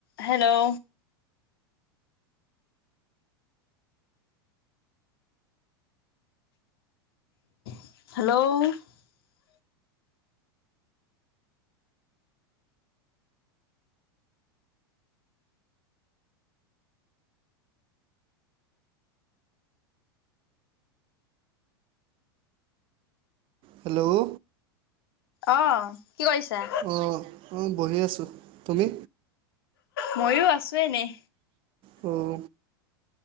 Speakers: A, on the left (about 70°); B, on the right (about 45°).
A: হেল্ল' হেল্ল'
B: হেল্ল'
A: অহ কি কৰিছা?
B: অঁ অঁ বহি আছোঁ তুমি?
A: ময়ো আছো এনেই।
B: অউ।